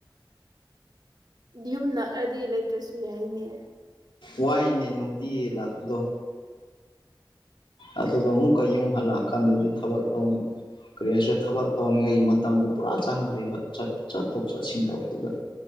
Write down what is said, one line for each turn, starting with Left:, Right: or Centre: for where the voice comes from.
Right: ꯌꯨꯝ ꯅꯛꯑꯗꯤ ꯂꯩꯇ꯭ꯔꯁꯨ ꯌꯥꯏꯅꯦ
Left: ꯋꯥꯏꯅꯦ ꯅꯨꯡꯇꯤ ꯂꯥꯛꯄꯗꯣ ꯑꯗꯨꯒ ꯑꯃꯨꯛꯀ ꯌꯨꯝ ꯍꯜꯂꯛꯑꯀꯥꯟꯗꯗꯤ ꯊꯕꯛ ꯇꯧꯅꯤ ꯀꯔꯤ ꯍꯥꯏꯁꯤꯦ ꯊꯕꯛ ꯇꯧꯔꯤꯉꯩꯒꯤ ꯃꯇꯝꯗꯣ ꯄꯨꯔꯥ ꯆꯪꯈ꯭ꯔꯦꯕ ꯆꯠꯄ ꯆꯠꯊꯣꯛ ꯆꯠꯁꯤꯟ ꯇꯧꯕꯗꯨꯗ